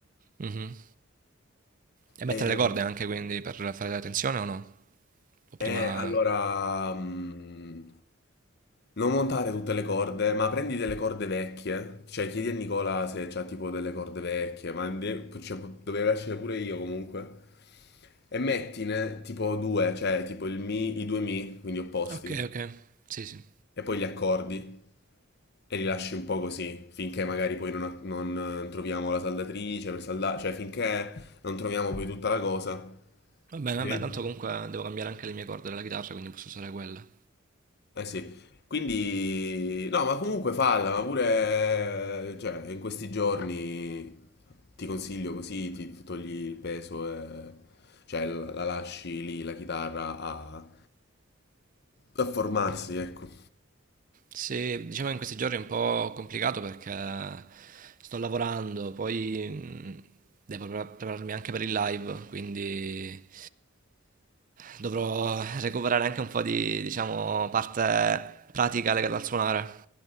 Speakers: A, on the right; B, on the left.
A: Mhm. E mettere
B: E-
A: le corde anche quindi per fare la tensione o no? O prima...
B: Eh, allora, mm, non montare tutte le corde, ma prendi delle corde vecchie, cioè chiedi a Nicola se c'ha tipo delle corde vecchie, ma ne- cioè, po- dovevo escere pure io comunque, e mettine tipo due, cioè tipo il mi, i due mi, quindi opposti,
A: Ok, ok, sì, sì.
B: e poi gli accordi, e li lasci un po' così, finché magari poi non, non eh, troviamo la saldatrice per saldare, cioè finché non troviamo poi tutta la cosa.
A: Va bene,
B: Ovviamente.
A: va bene, tanto comunque devo cambiare anche le mie corde della chitarra, quindi posso usare quelle.
B: Eh sì, quindi no, ma comunque falla, ma pure cioè, in questi giorni ti consiglio così, ti ti togli il peso, e- cioè la, la lasci lì la chitarra a, a formarsi, ecco.
A: Sì, diciamo che in questi giorni è un po' complicato perché sto lavorando, poi mh, devo prepara- prepararmi anche per il live, quindi dovrò recuperare anche un po' di, diciamo, parte pratica legata al suonare.